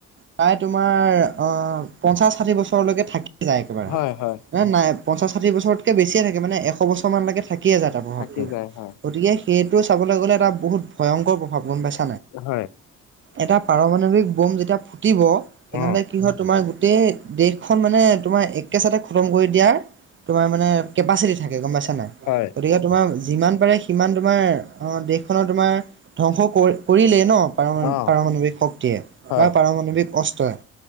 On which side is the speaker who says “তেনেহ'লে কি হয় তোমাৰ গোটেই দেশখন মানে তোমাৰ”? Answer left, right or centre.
Right